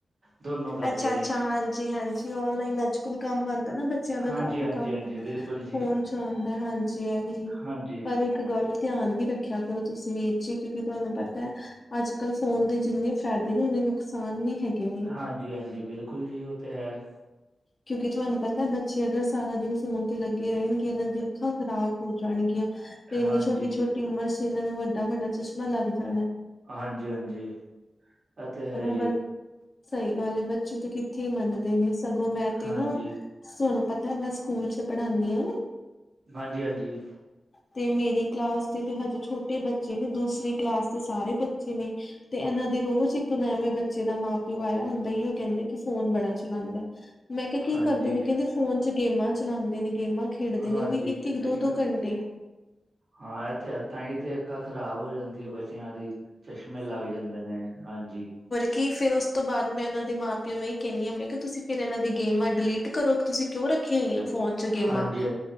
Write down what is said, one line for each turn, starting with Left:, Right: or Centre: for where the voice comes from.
Right: ਦੋਨੋ ਕਰਦੇ
Left: ਅੱਛਾ-ਅੱਛਾ
Right: ਨੇ
Left: ਹਾਂਜੀ-ਹਾਂਜੀ ਓਨਲਾਈਨ ਅੱਜਕਲ ਕੰਮ ਆਉਂਦਾ ਨਾ ਬੱਚਿਆਂ ਦਾ
Right: ਹਾਂਜੀ
Left: ਕਾਫੀ
Right: ਹਾਂਜੀ
Left: ਕੰਮ
Right: ਹਾਂਜੀ ਬਿਲਕੁਲ ਜੀ
Left: ਫੋਨ ਚ ਆਉਂਦਾ ਹਾਂਜੀ ਇਹ ਵੀ
Right: ਹਾਂਜੀ
Left: ਪਰ ਇੱਕ ਗੱਲ ਧਿਆਨ ਵੀ ਰੱਖਿਆ ਕਰੋ ਤੁਸੀਂ ਵੀ ਇਹ ਜੀ ਕਿਉਂਕਿ ਤੁਹਾਨੂੰ ਪਤਾ ਹੈ ਅੱਜ ਕੱਲ੍ਹ ਫੋਨ ਦੇ ਜਿੰਨੇ ਫ਼ਾਇਦੇ ਨੇ ਉਨੇ ਨੁਕਸਾਨ ਵੀ ਹੈਗੇ ਆ
Right: ਹਾਂਜੀ-ਹਾਂਜੀ ਬਿਲਕੁਲ ਜੀ ਉਹ ਤੇ ਹੈ
Left: ਕਿਉਂਕਿ ਤੁਹਾਨੂੰ ਪਤਾ ਬੱਚੇ ਅਗਰ ਸਾਰਾ ਦਿਨ ਫੋਨ ਤੇ ਲੱਗੇ ਰਹਿਣਗੇ ਨਾ ਅੱਖਾਂ ਖ਼ਰਾਬ ਹੋ ਜਾਣਗੀਆਂ ਤੇ ਇੰਨੀ
Right: ਹਾਂਜੀ
Left: ਛੋਟੀ -ਛੋਟੀ ਟਿਊਮਰ ਸੀ ਇਹਨਾਂ ਨੂੰ ਵੱਡਾ-ਵੱਡਾ ਚਸ਼ਮਾ ਲੱਗ ਜਾਣਾ
Right: ਹਾਂਜੀ-ਹਾਂਜੀ ਅਤੇ ਹੈ
Left: ਹਨਾ
Right: ਇ
Left: ਬ ਸਹੀ ਗੱਲ ਹੈ ਬੱਚੇ ਤੇ ਕਿੱਥੇ ਮੰਨਦੇ ਨੇ ਸਗੋਂ ਮੈਂ ਤੇ
Right: ਹਾਂਜੀ
Left: ਨਾ ਤੁਹਾਨੂੰ ਪਤਾ ਮੈਂ ਸਕੂਲ ਚ ਪੜ੍ਹਾਉਂਦੀ ਹਾਂ
Right: ਹਾਂਜੀ-ਹਾਂਜੀ
Left: ਤੇ ਮੇਰੀ ਕਲਾਸ ਦੇ ਤੇ ਹਜੇ ਛੋਟੇ ਬੱਚੇ ਨੇ ਦੂਸਰੀ ਕਲਾਸ ਦੇ ਸਾਰੇ ਬੱਚੇ ਨੇ ਤੇ ਇਹਨਾਂ ਦੇ ਰੋਜ਼ ਇੱਕ ਨਵਵੇਂ ਬੱਚੇ ਦਾ ਮਾਂ ਪਿਓ ਆਇਆ ਹੁੰਦਾ ਹੀ ਉਹ ਕਹਿੰਦੇ ਕਿ ਫੋਨ ਬੜਾ ਚਲਾਉਂਦਾ ਮੈਂ ਕਿਹਾ ਕੀ
Right: ਹਾਂਜੀ,
Left: ਕਰਦੇ ਨੇ ਕਹਿੰਦੇ ਫੋਨ ਚ ਗੇਮਾਂ ਚਲਾਉਂਦੇ ਨੇ ਗੇਮਾਂ ਖੇ ਖੇਡਦੇ
Right: ਹਾਂਜੀ
Left: ਨੇ ਉਹ ਵੀ ਇੱਕ-ਇੱਕ
Right: ਇਹ
Left: ਦੋ-ਦੋ ਘੰਟੇ
Right: ਹਾਂ ਇਹ ਤੇ ਇ ਤਾਂ ਹੀ ਅਖਾ ਖ਼ਰਾਬ ਹੋ ਜਾਂਦੀ ਹੈ ਬੱਚਿਆਂ ਦੀ ਚਸ਼ਮੇ ਲੱਗ ਜਾਂਦੇ ਨੇ ਹਾਂਜੀ
Left: ਕਿ ਫੇਰ ਉਸ ਤੋਂ ਬਾਅਦ ਮੈਂ ਉਹਨਾਂ ਦੇ ਮਾਂ ਪਿਓ ਨੂੰ ਇਹੀ ਕਹਿੰਦੀ ਹ ਮੈਂ ਕਿ ਤੁਸੀਂ ਫੇਰ ਇਹਨਾਂ ਦੀ ਗੇਮ ਆ ਡਿਲੀਟ ਕਰੋ ਤੁਸੀਂ ਕਿਉਂ ਰੱਖੀਆਂ ਹੋਆਂ ਫੋਨ ਚ ਗੇਮਾਂ
Right: ਹਾਂਜੀ,